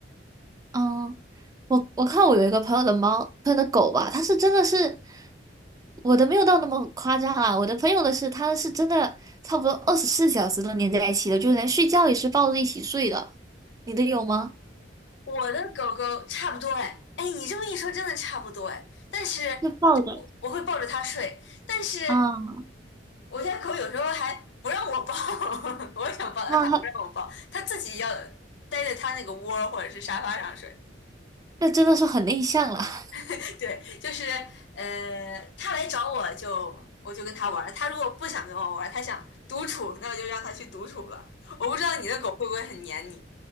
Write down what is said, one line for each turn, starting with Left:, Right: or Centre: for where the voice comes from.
Right: 嗯，我我看我有一个朋友的猫，他的狗吧，它是真的是我的没有到那么夸张啊，我的朋友的是，它是真的差不多二十四小时都黏在一起的，就连睡觉也是抱着一起睡的。你的有吗？
Left: 我的狗狗差不多哎，哎，你这么一说，真的差不多哎。但是我我会抱着它睡，
Right: 就抱着
Left: 但是。
Right: 啊，
Left: 我家狗有时候还不让我抱，<laughs> 我想抱它，
Right: 那他
Left: 它不让我抱，它自己要待在它那个窝儿或者是沙发上睡。
Right: 那真的是很内向了。<laughs>
Left: <laughs> 对，就是呃，它来找我就我就跟它玩儿，它如果不想跟我玩儿，它想独处，那我就让它去独处了。我不知道你的狗会不会很黏你，